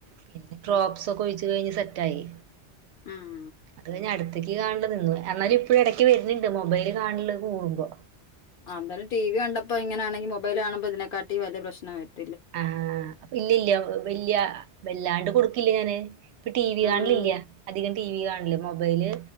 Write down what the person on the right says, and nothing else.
പിന്നെ ഡ്രോപ്പ്സൊക്കെ ഒഴിച്ച് കഴിഞ്ഞ് സെറ്റായി.
അത് കഴിഞ് അടു ത്തക്ക് കാണല് നിന്ന്. എന്നാലും ഇപ്പോ എടക്ക് വരുന്നുണ്ട് മൊബൈല് കാണല് കൂടുമ്പോ
ആഹ് ഇല്ലല്ല വല്യ വല്ലാണ്ട് കൊടുക്കില്യ ഞാന് ഇപ്പൊ ടി വി കാണലില്യ.
അധികം ടി വി കാണില്യ. മൊബൈല്